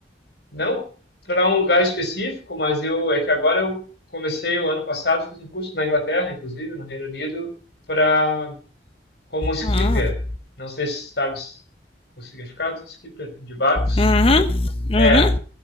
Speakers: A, on the left; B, on the left.
A: Não para um lugar específico, mas eu. É que agora eu comecei o ano passado, fiz um curso na Inglaterra, inclusive, no Reino Unido, para Como skipper,
B: Hum.
A: não sei se sabes o significado, skipper, de barcos.
B: Uhum. Uhum.
A: É,